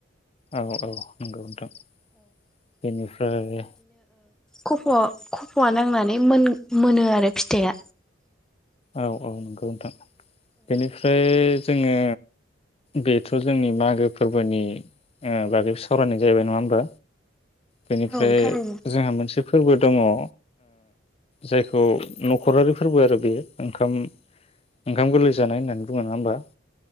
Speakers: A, on the left (about 30°); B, in the centre.
A: औ औ नंगौ नोंथां बेनिफ्राय
B: खफ' खफ'आ नांनानै मोन-मोनो आरो फिथाया
A: औ औ नंगौ नोंथां। बेनिफ्राय जोङो बेथ' जोंनि मागो फोरबोनि ओ बागै सावरायनाय जाहैबाय नङा ओमबा? बेनिफ्राय
B: औ थारैनो
A: जोंहा मोनसे फोरबो दङ ओ जायखौ न'खरारि फोरबो आरो बेयो। ओंखाम ओखाम गोरलैस जानाय होननानै बुङो नङा ओमबा?